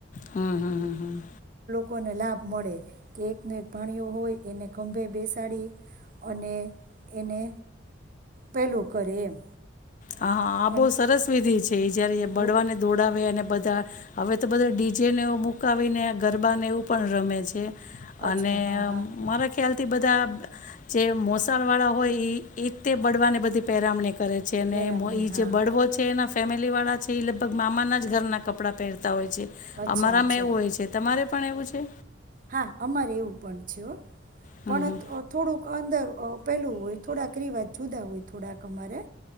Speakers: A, on the left (about 40°); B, on the right (about 45°).
A: હમ-હમ-હમ-હમ.
B: કોને લાભ મળે કે એકને એક ભાણીયો હોય એને ખંભે બેસાડી અને એને પેલું કરે એમ.
A: હા-હા આ
B: અને
A: બહુ સરસ વિધિ છે. તે જ્યારે એ
B: બહુ
A: બળવાને દોડાવે અને બધા. હવે તો બધા ડીજેને એવું મુકાવીને ગરબાને એવું પણ રમે છે.
B: અચ્છા
A: અને
B: હા
A: અમ્મ
B: હા
A: મારા ખ્યાલ થી બધા જે મોસાળ વાળા હોય ઈ તે બળવાને બધી પેરામણી કરે તેને
B: પેરામણી
A: ઈ મો ઈ
B: હા
A: જે બળવો છે એના ફેમિલી વાળા છે એ લગભગ મામાના જ ઘરના કપડાં પહેર તા હોય છે.
B: અચ્છા
A: અમારામાં
B: અચ્છા
A: એવું હોય છે તમારે પણ એવું છે?
B: હા, અમારે એવું પણ છે હો.
A: હમ
B: પણ
A: હમ
B: થો-થોડુંક અંદર ઓ પેલું હોય થોડાક રિવાજ જુદા હોય થોડાક અમારે.